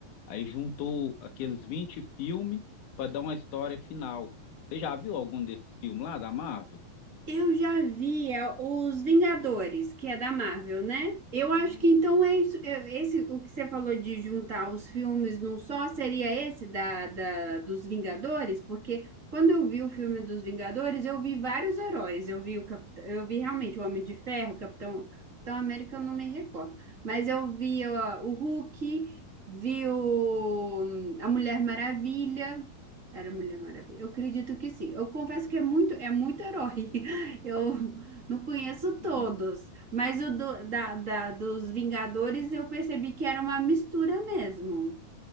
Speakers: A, on the left; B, on the right.
A: Aí juntou aqueles 20 filmes para dar uma história final. Você já viu algum desses filmes lá da Marvel?
B: Eu já vi é, os Vingadores, que é da Marvel, né? Eu acho
A: Hum,
B: que então é isso. é, Esse, o que você falou de juntar os filmes num só, seria esse da, da- dos Vingadores? Porque quando eu vi o filme dos Vingadores, eu vi vários heróis. Eu vi o Cap- eu vi realmente o Homem de Ferro, o Capitão, Capitão América, eu não me recordo. Mas eu vi ó, o Hulk, vi o, a Mulher Maravilha. Era Mulher Maravilha. Eu acredito que sim. Eu confesso que é muito, é muito herói. Eu não conheço todos,
A: aham.
B: mas o do- da, da- dos Vingadores eu percebi que era uma mistura mesmo.